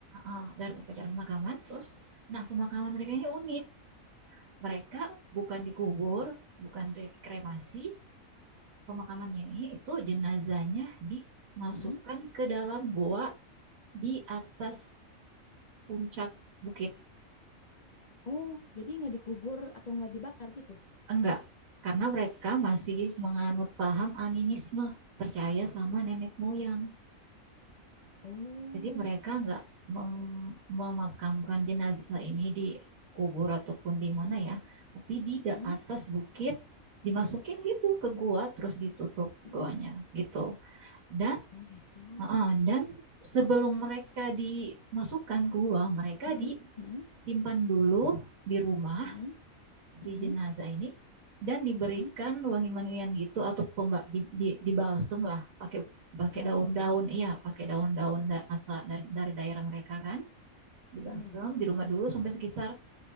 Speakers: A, on the right; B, on the left.
A: eh, dari upacara pemakaman terus nah pemakaman mereka ini unik. Mereka bukan dikubur, bukan dikremasi, pemakamannya ini itu jenazahnya dimasukkan
B: Mm-mm.
A: ke dalam goa di atas puncak bukit.
B: Oh, jadi nggak dikubur atau nggak dibakar gitu?
A: Enggak, karena mereka masih menganut paham animisme, percaya sama nenek moyang.
B: Oh,
A: Jadi mereka enggak mem- memakamkan jenazah ini di kubur ataupun di mana ya, tapi di
B: hmm,
A: atas bukit dimasukin gitu ke gua terus ditutup
B: hmm,
A: goanya gitu. Dan
B: oh gitu.
A: Heeh, dan sebelum mereka dimasukkan ke gua, mereka
B: Hmm,
A: disimpan
B: hmm,
A: dulu di rumah
B: hmm,
A: si
B: hmm,
A: jenazah ini dan diberikan
B: hmm,
A: wangi-wangian gitu atau pemba, di, di, dibalsem lah pakai pakai
B: dibasem.
A: daun-daun iya pakai daun-daun da, asal dari, dari daerah mereka kan dibalsem
B: Hmm,
A: di rumah dulu sampai sekitar